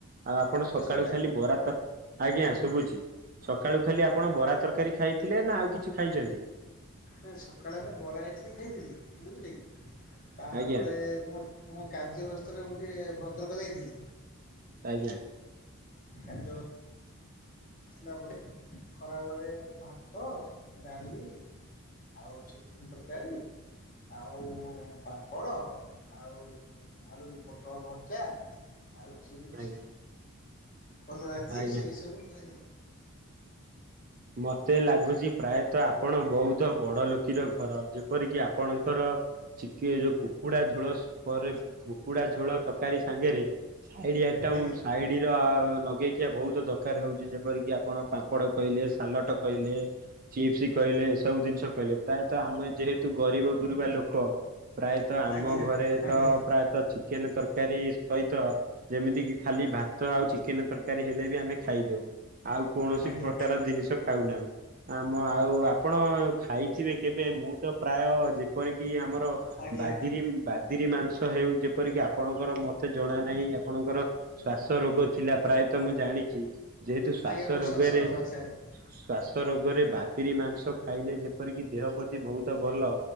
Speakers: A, on the right; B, on the left.
A: ଆଉ ଆପଣ
B: ଏବେ
A: ସକାଳୁ
B: ଶୁଭିଲା
A: ଖାଲି ବରା ତର ଆଜ୍ଞା ଶୁଭୁଚି, ସକାଳୁ ଖାଲି ଆପଣ ବରା ତରକାରୀ ଖାଇଥିଲେ ନା ଆଉ କିଛି ଖାଇଚନ୍ତି?
B: <unintelligible> ସକାଳେ ମୁଁ ବରା ଇଟଲିି ଖାଇଥିଲି ବୁଝିଲେ କି, ତାପରେ
A: ଆଜ୍ଞା
B: ମୁଁ ମୋ କାର୍ଯ୍ୟ ବ୍ୟସ୍ତରେ ମୁଁ ଟିକେ ଭଦ୍ରକ ଯାଇଥେଲି।
A: ଆଜ୍ଞା।
B: କାଯ୍ୟ ଆସିଲା ପରେ ଖରାବେଳେ ଭାତ ଡାଲି ଆଉ ଚିକେନ୍ ତରକାରୀ ଆଉ ପାମ୍ପଡ଼, ଆଉ ଆଳୁ ପୋଟଳ ଭଜା ଆଳୁ ଚିପ୍ସ୍,
A: ଆଜ୍ଞା
B: କଲରା ଚିପ୍ସ୍
A: ଆଜ୍ଞା।
B: ଏଇ ସବୁ।
A: ମତେ ଲାଗୁଚି ପ୍ରାୟତଃ ଆପଣ ବହୁତ୍ ତ ବଡ ଲୋକୀର ଘର, ଯେପରିକି ଆପଣଙ୍କର ଚିକେ ଯୋଉ କୁକୁଡା ଝୋଳ ଶ୍ ପରେ କୁକୁଡା ଝୋଳ ତରକାରୀ ସାଙ୍ଗରେ ସାଇଡି ଆଇଟମ
B: ଆଜ୍ଞା
A: ସାଇଡିର ନଗେଇଖିଆ ବହୁତ ଦରକାରେ ହଉଛି ଯେପରିକି ଆପ ପଣ ପାମ୍ପଡ଼ କହିଲେ, ସାଲଟ କହିଲେ ଚିପ୍ସ କହିଲେ ଏ ସବୁ ଜିନିଷ କହିଲେ, ପ୍ରାୟତଃ ଆମେ ଯେହେତୁ ଗରିବ ଗୁରୁବା ଲୋକ ପ୍ରାୟ ତ ଆମ
B: ଆଜ୍ଞା
A: ଘରେ
B: ଆଜ୍ଞା
A: ତ ପ୍ରାୟତଃ ଚିକେନ ତରକାରୀ ସହିତ ଯେମିତି କି ଖାଲି ଭାତ ଆଉ ଚିକେନ ତରକାରୀ ହେଲେ ବି ଆମେ ଖାଇଦଉ। ଆଉ କୌଣସି
B: ଆଜ୍ଞା
A: ପ୍ରକାର ଜିନିଷ ଖାଉନାଉ। ଆମ ଆଉ ଆପଣ ଖାଇଥିବେ କେବେ ମୁଁ ତ ପ୍ରାୟ ଯେପରିକି ଆମର
B: ଆଜ୍ଞା
A: ବାଦିରି ବାଦିରି ମାଂସ ହେଉ ଯେପରିକି ଆପଣଙ୍କର ମତେ ଜଣା ନାହିଁ ଆପଣଙ୍କର ଶ୍ଵାସ ରୋଗ ଥିଲା ପ୍ରାୟତଃ ମୁଁ ଜାଣିଛି ଯେହେତୁ ଶ୍ଵାସ
B: ଆଜ୍ଞା ମୋ
A: ରୋଗରେ
B: ଶ୍ୱାସରୋଗ ଅଛି ଆଜ୍ଞା
A: ଶ୍ଵାସ ରୋଗରେ ବାଦିରି ମାଂସ ଖାଇଲେ ଯେପରିକି ଦେହ ପ୍ରତି ବହୁତ ଭଲ